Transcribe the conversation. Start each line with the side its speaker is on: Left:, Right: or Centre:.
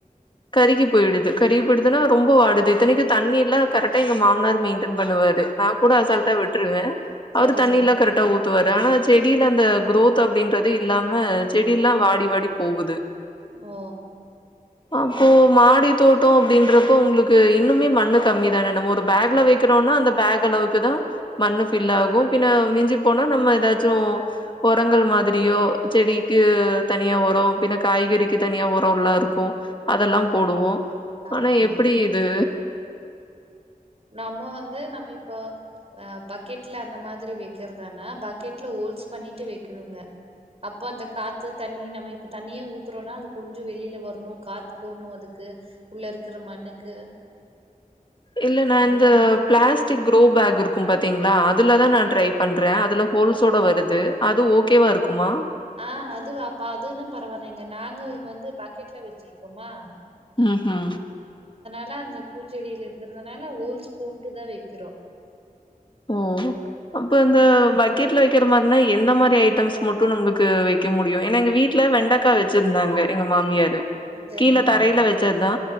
Left: கருகி போயிடுது கருகி போயிடுதுனா ரொம்ப வாடுது இத்தனைக்கூ தண்ணி எல்லா கரெக்டா எங்க மாமனார் மெயின்டன் பண்ணுவாரு நா கூட அசால்ட்டா
Right: சே
Left: விட்ருவே
Right: சரி
Left: அவரு தண்ணியில்லா
Right: சரிங்க
Left: கரெக்டா ஊத் ஆனா செடியில அந்த குரோத் அப்டின்றது இல்லாம செடி எல்லா வாடி வாடி போகுது
Right: ஓ
Left: அப்போ மாடி தோட்டோ அப்டின்றப்போ உங்களுக்கு இன்னுமே மண்ணு கம்மி தானே நம்ம ஒரு ஃபேக்ல வைக்க க்கனுனா அந்த ஃபேக் அளவுக்கு தா மண்ணு ஃபில்லாகு பின்ன மிஞ்சிப் போனா நம்ம எதாச்சு ஒரங்கள் மாதிரியோ செடிக்கு தனியா ஒரோ பின்ன காய் கரிக்கு தனியா ஒறோல்லா இருக்கூ அதல்லா போடுவோ
Right: ஆமா
Left: ஆனா எப்டி இது
Right: நம்ம வந்து நம்ம இப்ப ஆ பக்கெட்ல அந்த மாதிரி வைக்கிறதானா பக்கெட்ல ஹோல்ஸ் பண்ணிட்டு வெக்கணுங்க அப்ப அந்த காத்து தண்ணி நம்ம இப்ப தண்ணியே ஊத்துறோன்னா அது கொஞ்ச வெளியில வரணு காத்து போகணு அதுக்கு உள்ள இருக்குற மண்ணுக்கு
Left: இல்ல நா
Right: அந்த
Left: இந்த
Right: மாதிரி போனோனா
Left: பிளாஸ்டிக் க்ரு பேக் இருக்கும் பாத்தீங்ளா அதுல தா
Right: அ
Left: நா ட்ரை பண்றே அதுல ஹோல்ஸோட வருது அது ஓகேவா இருக்குமா
Right: ஆ அது வாப்பா அதுன்ன பரவில்லைங்க நாங்க இங்க வந்து பக்கெட்ல வச்சிருக்கோமா
Left: ஹ ஹ
Right: னா அந்த பூச்செடியில இருக்கிறதுனால ஓல்ஸ் போட்டு தா வக்கிறோ
Left: ஓ அப்ப இந்த பக்கெட்ல க்கிற மாரினா என்ன மாரி ஐட்டம்ஸ் மட்டு நம்மளுக்கு வக்க முடியு ஏனா எங்க வீட்ல வெண்டக்கா வச்சிருந்தாங்க எங்க மாமியார்
Right: சரிங்க
Left: கீழ தரைல வச்சது தா